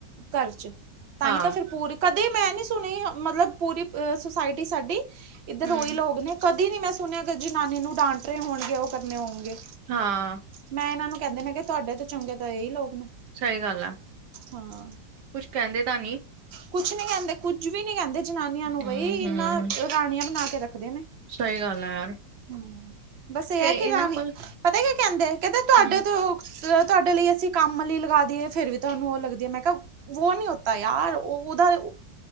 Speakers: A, on the right (about 45°); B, on the right (about 65°).
A: ਘਰ ਚ ਤਹੀ
B: ਹਾਂ
A: ਤਾਂ ਫਿਰ ਪੂਰੀ ਕਦੇ ਮੈਂ ਨਹੀ ਸੁਣੀ ਮਤਲਬ ਪੂਰੀ ਸੁਸਾਇਟੀ ਸਾਡੀ ਇੱਧਰ
B: ਹਮ
A: ਉਹੀ ਲੋਕ ਨੇ ਕਦੇ ਨੀ ਮੈਂ ਸੁਣਿਆ ਕਿ ਜਨਾਨੀ ਨੂੰ ਡਾਂਟ ਰਹੇ ਹੋਣਗੇ ਉਹ ਕਰਨੇ ਹੋਣਗੇ
B: ਹਾਂ।
A: ਮੈਂ ਇਹਨਾਂ ਨੂੰ ਕਹਿੰਦੇ ਨੇ ਕਿ ਤੁਹਾਡੇ ਤੋਂ ਚੰਗੇ ਤਾਂ ਇਹੀ ਲੋਕ ਨੇ
B: ਸਹੀ ਗੱਲ ਆ
A: ਹਾਂ
B: ਕੁਛ ਕਹਿੰਦੇ ਤਾਂ ਨੀ
A: ਕੁਛ ਨੀ ਕਹਿੰਦੇ ਕੁੱਝ ਵੀ ਨੀ ਕਹਿੰਦੇ ਜਨਾਨੀਆਂ
B: ਹਮ
A: ਨੂੰ ਬਈ ਇਹਨਾਂ
B: ਹਮ
A: ਰਾਣੀਆਂ ਬਣਾ ਕੇ ਰੱਖਦੇ ਨੇ।
B: ਸਹੀ ਗੱਲ ਹੈ ਯਾਰ।
A: ਹਮ ਬਸ ਇਹ
B: ਤੇ ਇਹਨਾਂ
A: ਕਿ ਰਾਮ,
B: ਕੋਲ
A: ਪਤਾ ਕੀ ਕਹਿੰਦੇ-ਕਹਿੰਦੇ ਤੁਹਾਡੇ
B: ਹੂੰ-ਹੂੰ,
A: ਤੋਂ? ਜਦੋਂ ਤੁਹਾਡੇ ਲਈ, ਅਸੀਂ ਕੰਮ ਵਾਲੀ ਲਗਾ ਦਿਏ, ਫਿਰ ਵੀ ਤੁਹਾਨੂੰ ਉਹ ਲੱਗਦੀ ਹੈ, ਮੈਂ ਕਿਹਾ ਵੋ ਨੀ ਹੋਤਾ ਯਾਰ? ਉਹ ਉਹਦਾ